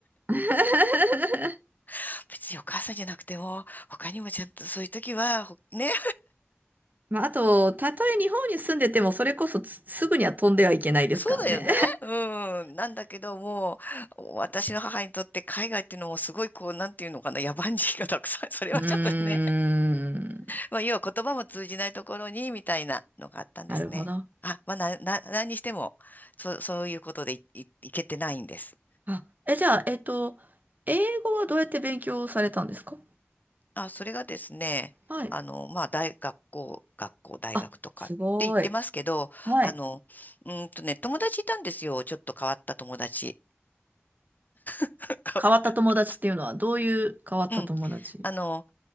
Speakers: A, on the right; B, on the left.
A: <laughs>
B: <laughs> 別にお母さんじゃなくても、他にもちゃんとそういう時は、ほね、
A: まあ、あと、たとえ日本に住んでても、それこそつすぐには飛んではいけないですからね。
B: そうだよね。うん、なんだけどもう、私の母にとって海外っていうのもすごいこう、なんていうのかな、野蛮人がたくさん、
A: <laughs>
B: それはちょっとね、
A: うーん。
B: まあ、要は言葉も通じないところに、みたいなのがあったんですね。
A: なるほど。
B: あ、まあ、な、な、何にしても、そ、そういうことでい、い、いけてないんです。
A: あ、え、じゃあ、えっと、英語はどうやって勉強されたんですか
B: あ、それがですね、
A: はい。
B: あの、まあ、大学校、学校、大学とかって言ってますけど、
A: あ、すごい。はい。
B: あの、うーんとね、友達いたんですよ。ちょっと変わった友達。<laughs> 変わった。
A: 変わった友達っていうのは、どういう変わった友達
B: うん。あの、